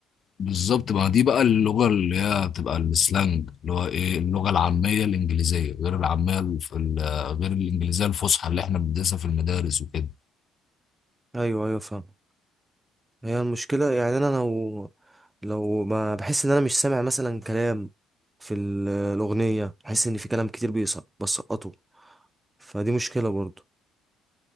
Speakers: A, on the left; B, on the right.
A: بالظبط ما دي بقى اللغه اللي هي بتبقى السلانج اللي هو ايه اللغه العاميه الانجليزيه غير العاميه الف- ال- غير الانجليزيه الفصحى اللي احنا بندرسها في المدارس وكده
B: ايوه ايوه فاهم هي المشكله يعني انا لو لو ما بحس ان انا مش سامع مثلا كلام في ال- الاغنيه بحس ان في كلام كتير بيسقط بسقطه فدي مشكلة برضو